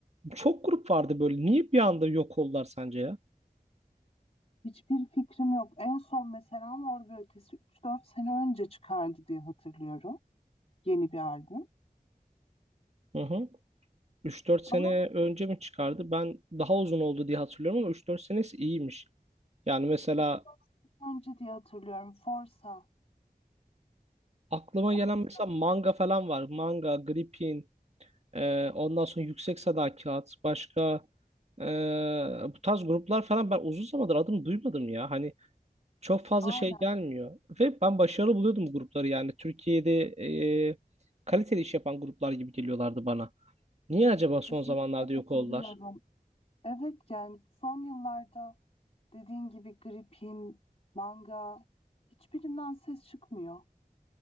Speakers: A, on the right; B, on the left.
A: Çok grup vardı böyle. Niye bir anda yok oldular sence ya?
B: hiçbir fikrim yok. En son mesela Mor ve Ötesi 3-4 sene önce çıkardı diye hatırlıyorum. Yeni bir albüm.
A: Hı hı. Üç dört
B: Ama
A: sene önce mi çıkardı? Ben daha uzun oldu diye hatırlıyorum ama üç dört senesi iyiymiş. Yani mesela
B: 3-4 sene önce diye hatırlıyorum. Forsa
A: Aklıma
B: olması
A: gelen mesela
B: lazım.
A: manga falan var. Manga, Gripin, e, ondan sonra Yüksek Sadakat, başka e, bu tarz gruplar falan ben uzun zamandır adını duymadım ya. Hani çok fazla
B: Aynen.
A: şey gelmiyor. Ve ben başarılı buluyordum bu grupları yani. Türkiye'de e, kaliteli iş yapan gruplar gibi geliyorlardı bana. Niye acaba
B: Kesinlikle
A: son zamanlarda
B: katılıyorum.
A: yok oldular?
B: Evet yani son yıllarda dediğin gibi gripin, manga hiçbirinden ses çıkmıyor.